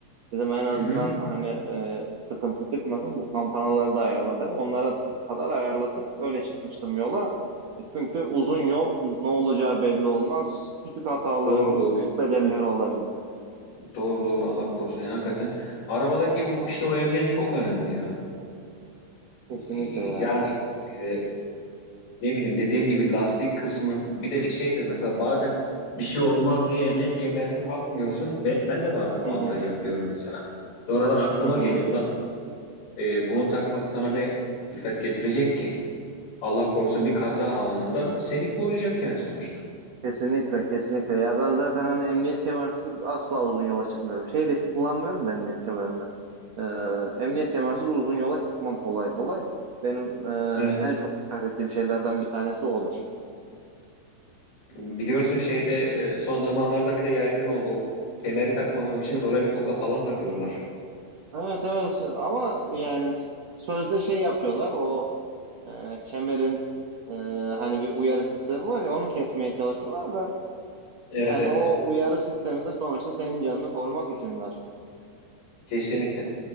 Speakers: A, on the right (about 65°); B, on the left (about 90°).
A: Dedim en azından
B: Hı hı.
A: hani e, sıkıntı çıkmasın bu kampanaları da ayarlatayım. Onlara kadar ayarlatıp öyle çıkmıştım yola. E, çünkü uzun yol ne olacağı belli olmaz. Küçük hataların
B: Doğru
A: bile
B: doğru.
A: büyük bedelleri olabilir.
B: Doğru doğru Allah korusun. Yani hakikaten arabadaki o işte o emniyet çok önemli ya.
A: Kesinlikle
B: Ee,
A: ya.
B: Yani e, ne bileyim dediğim gibi lastik kısmı bir de şeydir mesela bazen bir şey olmaz diye emniyet kemerini takmıyorsun. Ben, ben de bazen o
A: Hı hı.
B: hatayı yapıyorum mesela. Sonradan aklıma
A: Hı hı.
B: geliyor. Ulan e, bunu takmak sana ne külfet getirecek ki? Allah korusun bir kaza anında seni koruyacak yani sonuçta.
A: Kesinlikle kesinlikle ya ben zaten hani emniyet kemersiz asla uzun yola çıkmıyorum. Şeyi de hiç kullanmıyorum da emniyet kemerini. Ee, emniyet kemersiz uzun yola çıkmam kolay kolay. Benim e,
B: Evet.
A: en çok dikkat ettiğim şeylerden bir tanesi odur.
B: Biliyorsun şeyde e, son zamanlarda bir de yaygın oldu. O kemeri takmamak için oraya bir toka falan takıyorlar.
A: Evet evet ama yani sözde şey yapıyorlar o e, kemerin e, hani bir uyarı sistemi var ya onu kesmeye çalışıyorlar da
B: Evet
A: yani
B: evet.
A: o uyarı sistemi de sonuçta senin canını korumak için var.
B: Kesinlikle.